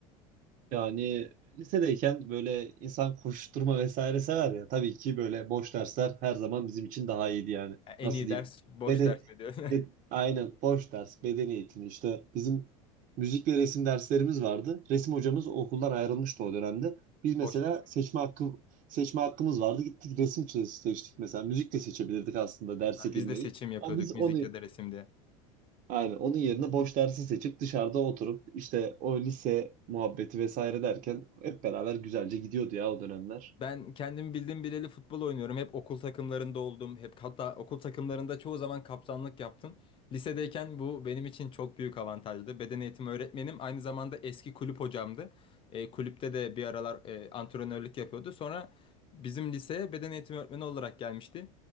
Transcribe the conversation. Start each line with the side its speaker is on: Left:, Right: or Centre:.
Right: Yani lisedeyken böyle insan koşturma vesaire sever ya. Tabii ki böyle boş dersler her zaman bizim için daha iyiydi yani.
Left: En
Right: Nasıl
Left: iyi
Right: diyeyim?
Left: ders boş
Right: Beden,
Left: ders mi diyor? <laughs>
Right: bed- aynen boş ders, beden eğitimi işte bizim müzik ve resim derslerimiz vardı. Resim hocamız okuldan ayrılmıştı o dönemde. Biz mesela
Left: Boş geçiyor.
Right: seçme hakkı seçme hakkımız vardı. Gittik resim çe- seçtik mesela. Müzik de seçebilirdik aslında derse
Left: Ha,
Right: girmeyi.
Left: Biz de seçim yapıyorduk
Right: Ama biz onu
Left: müzik ya da resim diye.
Right: Aynen. Onun yerine boş dersi seçip dışarıda oturup işte o lise muhabbeti vesaire derken hep beraber güzelce gidiyordu ya o dönemler.
Left: Ben kendimi bildim bileli futbol oynuyorum. Hep okul takımlarında oldum. Hep hatta okul takımlarında çoğu zaman kaptanlık yaptım. Lisedeyken bu benim için çok büyük avantajdı. Beden eğitimi öğretmenim aynı zamanda eski kulüp hocamdı. E, kulüpte de bir aralar e, antrenörlük yapıyordu. Sonra bizim liseye beden eğitimi öğretmeni olarak gelmişti.